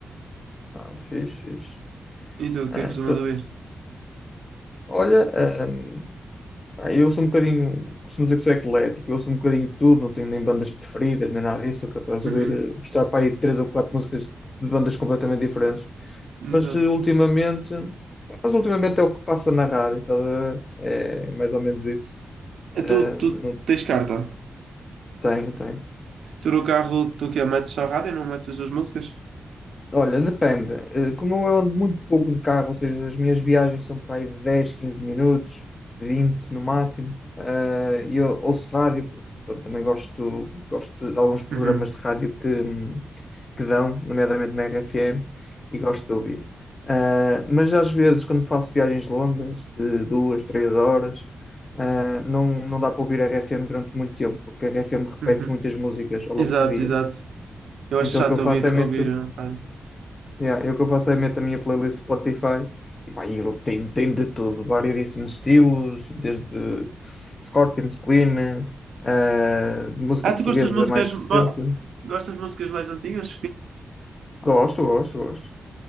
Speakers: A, on the left; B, on the right.
A: Ah, fixe, fixe.
B: E tu, o
A: Ah,
B: que é que costumas
A: tu-
B: ouvir?
A: olha, ahm, ah, eu sou um bocadinho, costumo dizer que sou eclético, eu sou um bocadinho de tudo, não tenho nem bandas preferidas, nem nada disso, sou capaz de
B: Uhum,
A: ouvir, eh, gostar para aí de três ou quatro músicas de bandas completamente diferentes.
B: exato.
A: Mas eh, ultimamente, mas ultimamente é o que passa na rádio, estás a ver? É mais ou menos isso. Ah,
B: Eh, Tu, tu
A: não
B: tens carta?
A: tenho, tenho.
B: Tu no carro, tu que é, metes só rádio e não metes as duas músicas?
A: Olha, depende. Eh, Como eu ando muito pouco de carro, ou seja, as minhas viagens são para aí de 10, 15 minutos, 20 no máximo, eh, e eu ouço rádio, porque eu também gosto, gosto de alguns programas
B: Uhum,
A: de rádio que, hum, que dão, nomeadamente na RFM, e gosto de ouvir. Eh, mas às vezes, quando faço viagens longas, de duas, três horas, eh, não, não dá para ouvir a RFM durante muito tempo, porque a RFM repete
B: uhum.
A: muitas músicas ao longo
B: Exato,
A: do dia.
B: exato. Eu
A: Então
B: acho chato
A: o que eu faço
B: ouvir,
A: é
B: ouvir
A: meto.
B: eh, rádio.
A: Yeah, eu que eu faço é meto a minha playlist Spotify e pá, e ele tem, tem de tudo, variedíssimos estilos, desde Scorpions, Queen, eh, música
B: Ah,
A: portuguesa
B: tu gostas de músicas,
A: mais recente.
B: ma- gostas de músicas mais antigas?
A: Gosto, gosto, gosto.